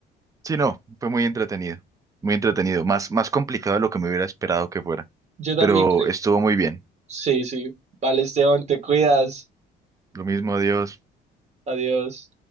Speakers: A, on the right; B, on the right.
A: Sí, no, fue muy entretenido. Muy entretenido. Más, más complicado de lo que me hubiera esperado que fuera.
B: Yo también
A: Pero
B: creo.
A: estuvo muy bien.
B: Sí, sí. Vale, Esteban, te cuidas.
A: Lo mismo, adiós.
B: Adiós.